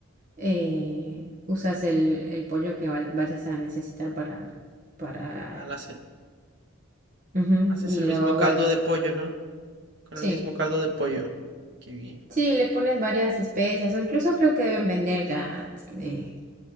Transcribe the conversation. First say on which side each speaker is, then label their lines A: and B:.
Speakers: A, on the right; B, on the right.
A: eh, usas el, el pollo que va- vayas a necesitar para, para,
B: a la ce-
A: ujú,
B: haces
A: y
B: el
A: lo,
B: mismo caldo
A: bueno,
B: de pollo, ¿no? Con
A: sí,
B: el mismo caldo de pollo. Qué bien.
A: sí, le pones varias especias o incluso creo que deben vender ya eh,